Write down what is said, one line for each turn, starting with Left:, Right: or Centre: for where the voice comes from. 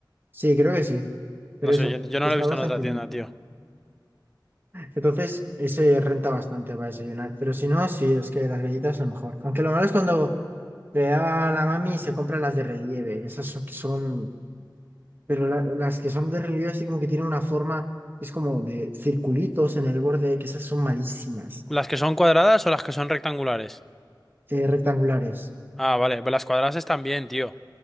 Right: Sí, creo que sí. Pero
Centre: No
Right: eso,
Centre: sé, yo, yo no
Right: está
Centre: lo he visto
Right: bastante
Centre: en otra tienda,
Right: bien.
Centre: tío.
Right: Entonces, ese renta bastante para desayunar. Pero si no, sí, es que las galletas lo mejor. Aunque lo malo es cuando le da a la mami y se compra las de relieve. Esas son, que son- pero la- las que son de relieve así como que tienen una forma, es como de circulitos en el borde, que esas son malísimas.
Centre: ¿Las que son cuadradas o las que son rectangulares?
Right: Eh, rectangulares.
Centre: Ah, vale, pues las cuadradas están bien, tío.